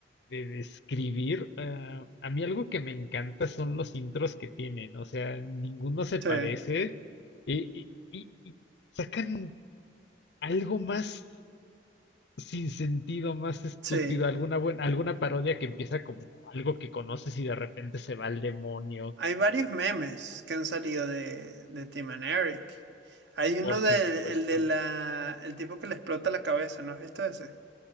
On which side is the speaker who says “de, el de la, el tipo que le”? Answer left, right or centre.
Right